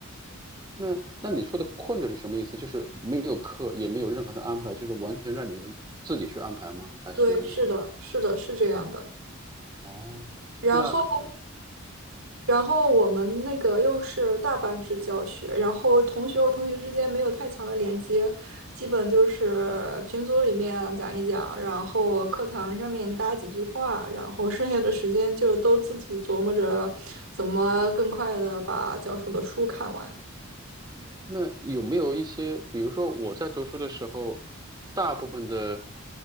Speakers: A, on the right (about 20°); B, on the right (about 80°).
A: 那那你说的困着是什么意思？就是没有课，也没有任何的安排，就是完全让你们自己去安排吗？还是
B: 对，是的，是的，是这样的。
A: 哦，
B: 然后。
A: 那
B: 然后我们那个又是大班制教学，然后同学和同学之间没有太强的连接，基本就是群组里面讲一讲，然后课堂上面搭几句话，然后剩下的时间就都自己琢磨着怎么更快的把教授的书看完。
A: 那有没有一些，比如说我在读书的时候，大部分的，